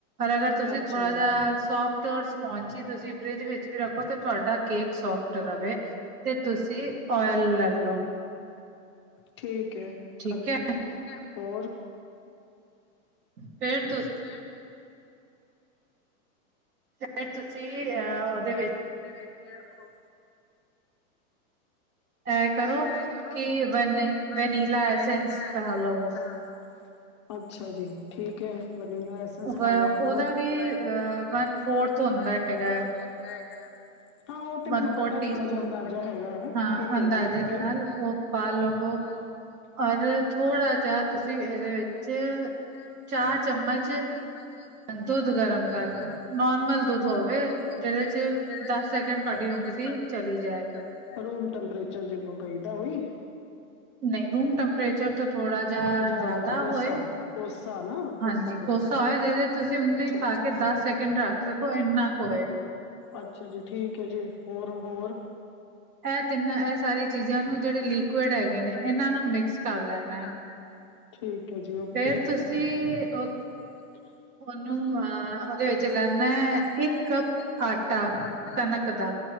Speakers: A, on the right; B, on the left.
A: ਅਗਰ ਤੁਸੀਂ
B: ਅੱਛਾ
A: ਥੋੜਾ
B: ਜੀ
A: ਜੇਹਾ ਸੋਫਟ ਟ ਸਪੋਂਚ ਹੀ ਤੁਸੀਂ ਫਰਿਜ ਵਿੱਚ ਵੀ ਰੱਖੋ ਤੇ ਤੁਹਾਡਾ ਕੇਕ ਸੋਫਟ ਸੋਫਤ ਰਵੇ ਤੇ ਤੁਸੀਂ ਓਇਲ ਲੈ ਲਓ।
B: ਠੀਕ ਹੈ
A: ਠੀਕ
B: ਅ
A: ਹੈ
B: ਹੋਰ
A: ਫੇਰ ਤੁ
B: ਫੇਰ ਤ
A: ਫਿਰ
B: ਫ ਤੁਸੀਂ
A: ਅ ਉਹਦੇ
B: ਅ ਉਹਦੇ ਵਿੱਚ ਉਹ
A: ਇਹ ਕਰੋ
B: ਏ ਕਰੋ
A: ਕਿ ਵਨ
B: ਕਿ ਵਨੀ
A: ਵਨੀਲਾ ਐਸੈਂਸ
B: ਵੈਨੀਲਾ ਐਸੇਸ
A: ਪਾ ਲਵੋ
B: ਡਾਲੋ ਅੱਛਾ ਜੀ ਠੀਕ ਹੈ ਵੈਨੀਲਾ ਐਸੈਂਸ
A: ਵ
B: ਐੱਸੈਨਸ
A: ਉਹਦਾ
B: ਹੋਰ
A: ਵੀ ਅ
B: ਓਦਾ ਵੀ
A: ਵਨ ਫੋਰਥ
B: ਵ
A: ਹੁੰਦਾ ਹੈਗਾ
B: ਫੋਰਥ
A: ਹੈ
B: ਹੁੰਦਾ ਹੈਗਾ। ਹਾ ਉਹ ਤੇ
A: ਵਨ
B: ਮੈਨੂੰ ਪਤਾ,
A: ਫੋਰਥ ਟੀ
B: ਥੋੜਾ
A: ਸਪੂਨ
B: ਜਿਹਾ ਅੰਦਾਜ਼ਾ ਹੈਗਾ ਹੈ
A: ਹਾਂ
B: ਠੀਕ
A: ਅੰਦਾਜ਼ੇ
B: ੰਦਾਜ਼
A: ਦੇ ਨਾਲ ਉਹ
B: ਦੇ
A: ਪਾ
B: ਨਾਲ
A: ਲਵੋ
B: ਉਹ ਪਾ ਲਵੋ,
A: ਔਰ ਥੋੜਾ
B: ਪਰ
A: ਜਿਹਾ
B: ਥੋੜਾ
A: ਤੁਸੀਂ ਇਹਦੇ
B: ਜਾਿਹਾ
A: ਵਿੱਚ
B: ਤੁਸੀਂ ਇਹ
A: ਚਾਰ ਚਮਚ
B: ਚਾਰ ਚਮਚ ਅ
A: ਦੁੱਧ ਗਰਮ
B: ਦੁੱਧ
A: ਕਰ
B: ਗਰਮ
A: ਨੋਰਮਲ
B: ਕਰ ਲੋ
A: ਦੁੱਧ
B: ਨੋਰਮਲ
A: ਹੋਵੇ
B: ਦੁੱਧ
A: ਜਿਹਦੇ
B: ਹੋਵੇ
A: ਚ
B: ਜਿਦੇਹ
A: ਦਸ
B: ਚ
A: ਸੈਕਿੰਡ ਤੁਹਾਡੀ
B: ਦਸ ਸੈਕਿੰਡ
A: ਉਂਗਲੀ
B: ਤੁਹਾਡੇ
A: ਚਲੀ
B: ਉਦੇ
A: ਜਾਏ
B: ਚਲੀ ਰੂਮ ਟੈਂਪਰੇਚਰ ਜਿਹਨੂੰ ਕਹਿਦਾ ਔ ਈ
A: ਨਹੀਂ ਰੂਮ ਟੈਂਪਰੇਚਰ
B: ਨਹੀ ਰੂਮ
A: ਤੋਂ
B: ਟੈਂਪ੍ਰੈਰੇਚਰ
A: ਜਿਹਾ
B: ਥੋੜਾ ਜੇਹਾ
A: ਜ਼ਿਆਦਾ
B: ਹੋਰ ਕੋਸਾ
A: ਹੋਏ
B: ਕੋਸਾ ਨਾ ਕੋਸਾ
A: ਹਾਂਜੀ
B: ਾਂਾ ਦੱਖ
A: ਹੋਏ ਜਿਹਦੇ
B: <inaudible>
A: ਤੁਸੀਂ ਉਂਗਲੀ ਪਾ ਕੇ ਦਸ ਸੈਕਿੰਡ ਰੱਖ ਸਕੋ ਇੰਨਾ ਕੁ ਹੋਏ
B: ਅੱਛਾ ਜੀ ਠੀਕ ਹੈ ਜੀ ਹੋਰ ਹੋਰ
A: ਇਹ ਤਿੰਨਾਂ
B: ਇਹ
A: ਸਾਰੀ
B: ਇਹ
A: ਚੀਜ਼ਾਂ
B: ਸਾਰੀ
A: ਨੂੰ ਜਿਹੜੇ
B: ਚੀਜ਼ਾਂ
A: ਲਿਕੁਡ
B: ਇਹ ਜਿਹੜੇ
A: ਹੈਗੇ
B: ਲਿਕੁਡ
A: ਨੇ ਇਹਨਾਂ
B: ਹੈਗੇ
A: ਨੂੰ ਮਿਕਸ
B: ਨੇ ਇਹਨਾਂ
A: ਕਰ
B: ਨੂੰ
A: ਲੈਣਾ
B: ਮਿਕਸ ਕਰ
A: ਹੈ।
B: ਲੈਨਾ ਹੈ ਠੀਕ ਹੈ ਜੀ ਓਕੇ
A: ਫੇਰ ਤੁਸੀਂ
B: ਫੇਰ ਤੁਸੀ
A: ਉਹ
B: ਉਹਦ
A: ਉਹਨੂੰ ਅ ਉਹਦੇ ਵਿੱਚ ਲੈਣਾ
B: ਉਹਦੇ ਵਿੱਚ
A: ਹੈ
B: ਲੈਣਾ
A: ਇੱਕ
B: ਐ,
A: ਕੱਪ
B: ਇੱਕ ਕੱਪ
A: ਆਟਾ
B: ਆਟਾ
A: ਕਣਕ ਦਾ